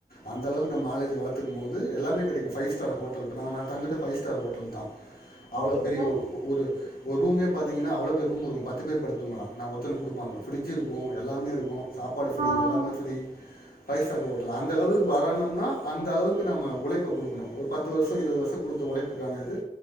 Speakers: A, on the left; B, on the right.
A: அந்தளவுக்கு நம் நாலேஜ வளத்துக்குமோது எல்லாமே கெடைக்கு ஃபை ஸ்டார் ஹோட்டல் இப்ப நா நா தங்குறது ஃபை ஸ்டார் ஹோட்டல் தா அவ்ளோ
B: ஓகே
A: பெரிய
B: ஃப்ரெண்ட்
A: ஒ ஒரு ஒரூமே பாத் தீங்கனா அவ்ளோ பெரிய ரூம் இருக்கு பத்து பேர் படுத் தூங்களா நா ஒருத்தனுக் குடுப்பாங்க ஃப்ரிட்ஜ் இருக்கு எல்லாமே இருக்கு சாப்பாடு ஃப்ரீ
B: ஆ
A: எல்லாமே ஃப்ரீ ஃபை ஸ்டார் ஹோட்டல் அந்தளவு வரணும்னா அந்த அளவுக்கு நம்ம உழைப்ப குடுக்குணு ஒர் பத்து வர்ஷோ இருவது வர்ஷோ குடுத்த ஒழைப்புக்கான இது